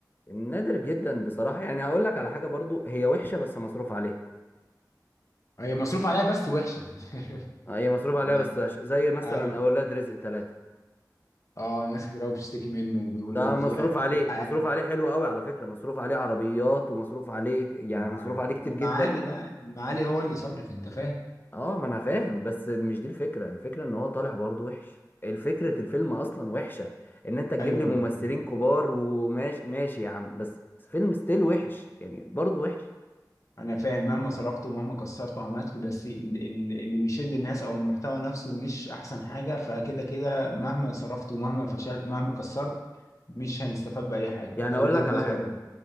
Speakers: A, on the left; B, on the left.
A: نادر جدا بصراحة يعني هقول لك على حاجة برضو هي وحشة بس مصروف عليها
B: هي مصروف عليها بس وحشة <laughs>
A: آه، هي مصروف عليها
B: يعني-
A: بس عش- زي مثلا
B: ايوه
A: اولاد رزق ثلاثة
B: اه ناس كتير قوي بتشتكي منه وبيقولوا
A: ده مصروف
B: في
A: عليه
B: في حاجات
A: مصروف عليه حلو قوي على فكرة مصروف عليه عربيات ومصروف عليه يعني
B: ما-
A: مصروف عليه كتير
B: المعالي
A: جدا
B: بقى المعالي هو اللي صارف انت فاهم
A: اه ما انا فاهم بس مش دي الفكرة الفكرة ان هو طالع برضه وحش الفكرة الفيلم اصلا وحشة ان انت تجيب
B: ايوه
A: لي
B: انا
A: ممثلين
B: فاهم
A: كبار وماشي ماشي يا عم بس فيلم ستيل وحش يعني برضه وحش
B: انا فاهم مهما صرفت ومهما كسرت وعملت بس ال- ال- اللي بيشد الناس او المحتوى نفسه مش احسن حاجه فكده كده مهما صرفت ومهما فشل مهما كسرت مش هنستفاد باي حاجه
A: يعني
B: ده
A: اقول
B: وجهه
A: لك على
B: نظرك
A: حاجة
B: انت